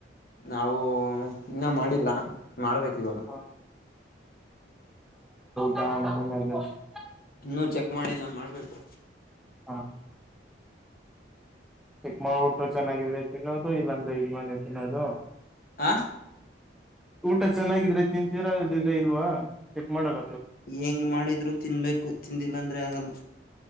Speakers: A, on the left; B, in the centre.
A: ನಾವು ಇನ್ನ ಮಾಡಿಲ್ಲ ಮಾಡ್ಬೇಕು ಇವಾಗ.
B: ಹ ಹಾ ಮದು <unintelligible>
A: ಇನ್ನುೂ ಚೆಕ್ ಮಾಡಿಲ್ಲ ಮಾಡ್ಬೇಕು.
B: ಹ ಚಿಕ್ಮ ಊಟ್ಟು ಚೆನ್ನಾಗಿದ್ರೆ ತಿನ್ನೋದು ಇಲ್ಲಾಂದ್ರೆ ಇಲ್ವಾನೇ ತಿನ್ನೋದು.
A: ಆ
B: ಊಟ ಚೆನ್ನಾಗಿದ್ರೆ ತಿಂತೀರಾ ಇಲ್ದಿದ್ರೆ ಇಲ್ವಾ ಚೆಕ್ ಮಾಡಾರ.
A: ಹೆಂಗ್ ಮಾಡಿದ್ರು ತಿನ್ಬೇಕು. ತಿಂದಿಲ್ಲ ಅಂದ್ರೆ ಆಗಲ್ಲ.